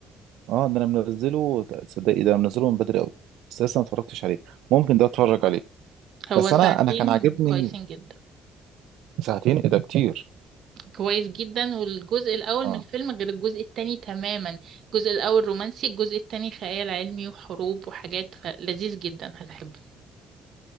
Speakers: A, on the right (about 80°); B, on the right (about 55°).
A: اه ده انا منزله ت- تصدقي ده أنا منزله من بدري قوي بس لسه ما اتفرجتش عليه ممكن ده اتفرج عليه
B: هو
A: بس
B: ساعتين
A: انا انا كان عاجبني
B: كويسين جدا
A: ساعتين ايه ده كتير
B: كويس جدا والجزء الأول
A: اه
B: من الفيلم غير الجزء التاني تماما الجزء الأول رومانسي الجزء التاني خيال علمي وحروب وحاجات ف- لذيذ جدا هتحبه